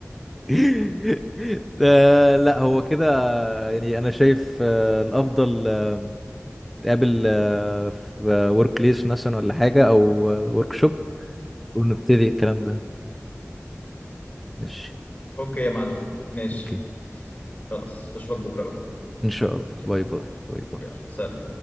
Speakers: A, in the centre; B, on the left.
A: <laughs> آه، لا هو كده يعني انا شايف آه، الافضل آه، نتقابل آه، في ورك بليس مثلا ولا حاجة او ورك شوب ونبتدي الكلام ده ماشي
B: اوكي يا معلم ماشي
A: اوكي
B: خلاص اشوفك بكره بقى
A: ان شاء الله
B: يلا
A: باي باي باي باي
B: يلا سلام